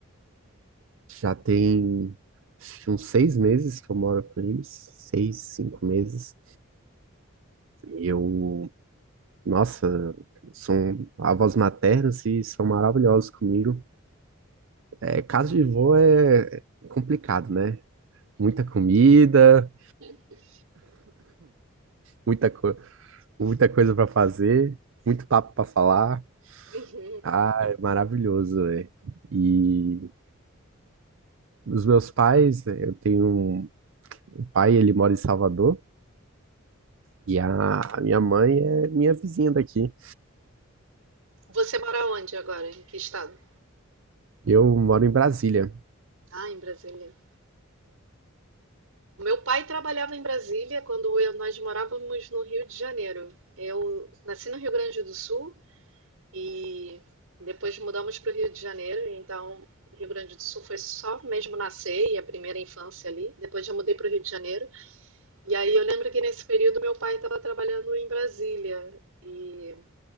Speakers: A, on the right; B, on the right.
A: Já tem acho que uns seis meses que eu moro com eles. Seis, cinco meses. E eu, nossa, são avós maternos e são maravilhosos comigo. É, casa de vô é é complicado, né? Muita comida,
B: <laughs>
A: muita, co- muita coisa pra fazer, muito papo pra falar.
B: Uhum.
A: Ah, é maravilhoso, é. E os meus pais, né, eu tenho um um pai, ele mora em Salvador, e a, a minha mãe é minha vizinha daqui.
B: Você mora onde agora? Em que estado?
A: Eu moro em Brasília.
B: Ah, em Brasília. O meu pai trabalhava em Brasília quando eu- nós morávamos no Rio de Janeiro. Eu nasci no Rio Grande do Sul e depois mudamos para o Rio de Janeiro. Então, Rio Grande do Sul foi só mesmo nascer e a primeira infância ali. Depois já mudei para o Rio de Janeiro. E aí eu lembro que nesse período meu pai estava trabalhando em Brasília. E,